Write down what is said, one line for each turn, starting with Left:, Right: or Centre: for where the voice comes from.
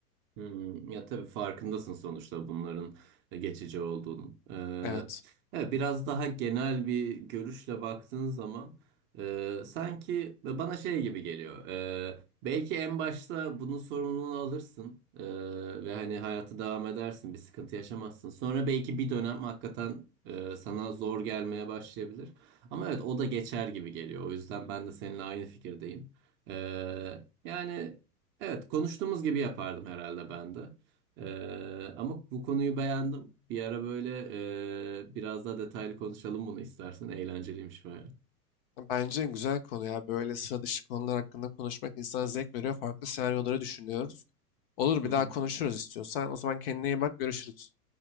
Right: Hmm, ya tabii farkındasın sonuçta bunların geçici olduğunu. Ee,
Left: Evet.
Right: evet, biraz daha genel bir görüşle baktığın zaman e, sanki ve bana şey gibi geliyor. Ee, belki en başta bunun sorumluluğunu alırsın ee, ve hani hayatı devam edersin, bir sıkıntı yaşamazsın. Sonra belki bir dönem hakikaten e, sana zor gelmeye başlayabilir. Ama evet o da geçer gibi geliyor. O yüzden ben de seninle aynı fikirdeyim. Ee, yani. Evet, konuştuğumuz gibi yapardım herhalde ben de. Ee, ama bu konuyu beğendim. Bir ara böyle e, biraz daha detaylı konuşalım bunu istersen. Eğlenceliymiş baya.
Left: Bence güzel konu ya. Böyle sıra dışı konular hakkında konuşmak insana zevk veriyor. Farklı senaryoları düşünüyoruz. Olur bir
Right: Hı
Left: daha
Right: hı.
Left: konuşuruz istiyorsan. O zaman kendine iyi bak. Görüşürüz.